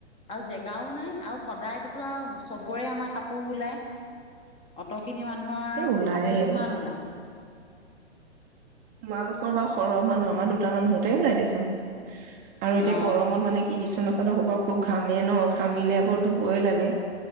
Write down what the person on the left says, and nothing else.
আৰু জেগাও নাই আৰু সদায় টো আৰু চবৰে আমাৰ কাপোৰ ওলায়। অত এইখিনি মানুহৰ আৰু
কাপোৰ কিমান
ওলায়।
অ